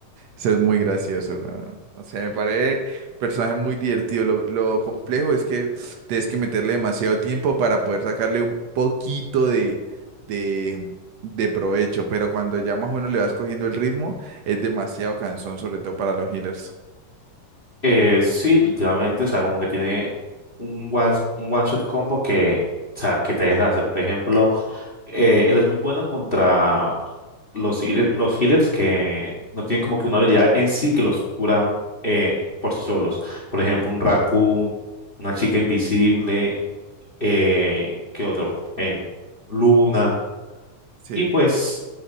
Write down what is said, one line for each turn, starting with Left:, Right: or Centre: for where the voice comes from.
Right: Eso es muy gracioso, weón. O sea, me parece personaje muy divertido. Lo, lo complejo es que tienes que meterle demasiado tiempo para poder sacarle un poquito de, de, de provecho. Pero cuando ya más o menos le vas cogiendo el ritmo, es demasiado cansón, sobre todo para los healers.
Left: Eh, sí, últimamente, o sea, como que tiene un one, un one shot combo que, o sea, que te deshace. Por ejemplo, eh, él es muy bueno contra los, healer- los healers que no tienen como que una habilidad en sí que los cura eh, por sí solos. Por
Right: Mm.
Left: ejemplo, un raccoon, una chica invisible, eh, ¿qué otro? Eh, Luna.
Right: Sí.
Left: Y pues,